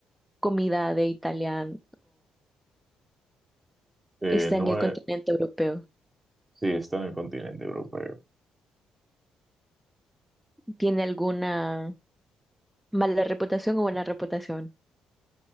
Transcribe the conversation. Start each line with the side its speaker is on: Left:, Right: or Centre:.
Centre: comida de italiano
Right: Eh,
Centre: está
Right: no
Centre: en el continente
Right: es,
Centre: europeo.
Right: sí, está en el continente europeo.
Centre: ¿Tiene alguna mala reputación o buena reputación?